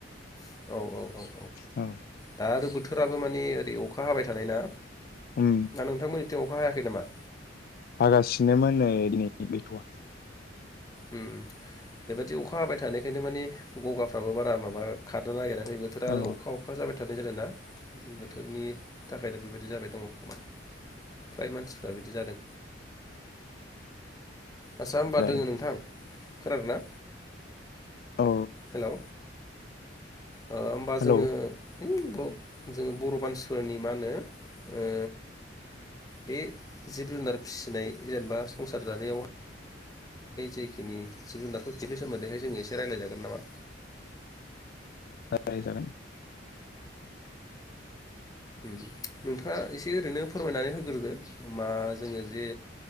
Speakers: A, on the left (about 20°); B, on the left (about 50°).
A: औ औ औ
B: औ
A: दा आरो बोथोराबो माने ओरै अखा हाबाय थानाय ना
B: उम
A: दा नोंथांमोननि थिं अखा हायाखै नामा?
B: हागासिनोमोन नै नि गैथवा
A: उम बेबादि अखा हाबाय थानायखायनो मानि गगाफ्राबो बारा माबा खारनो नागिरा दिनै बोथोरा
B: औ
A: आरो अखा अखा जाबाय थानाय जादोंना बोथोरनि थाखायनो बेबायदि जाबाय दंङ खोमा फ्राय मानसिफ्रा बिदि जादों। आदसा होमबा
B: जादों
A: दोंङो नोंथां खोनादों ना
B: औ
A: हेलौ ओ होमबा
B: हेलौ
A: जोंङो होय बब जोंङो बर मानसिफोरनि मा होनो ओ बे जिब जुनार फिसिनाय जेनेबा संसार जानायाव जेखिनि जिब जुनारफोर फिनि सोमोन्दैहाय जोङो एसे रायलायजागोन नामा
B: रायलाय जागोन
A: उम नोंथांङा एसे ओरैनो फोरमायनानै होग्रोदो मा जोंङो जे